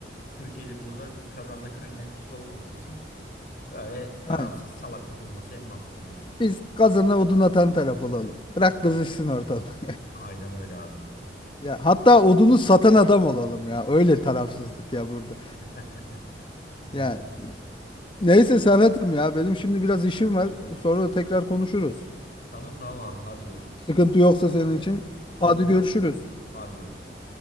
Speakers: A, on the left; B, on the left.
A: Türkiye'de burada kazanda kaynayan kişi olmaması için böyle tarafsız
B: Aynen.
A: salakta durması en mantıklı diyorsun.
B: Biz kazana odun atan taraf olalım. Bırak kızışsın ortalık.
A: Aynen öyle abi.
B: Ya hatta odunu satan adam olalım ya. Öyle tarafsızlık ya burada.
A: <laughs> Mantıklı
B: Ya
A: diyorsun.
B: Neyse Serhat'ım ya benim şimdi biraz işim var. Sonra tekrar konuşuruz.
A: Tamam tamam abi hadi görüşürüz.
B: Sıkıntı yoksa senin için.
A: Yok
B: Hadi görüşürüz.
A: yok hadi görüşürüz.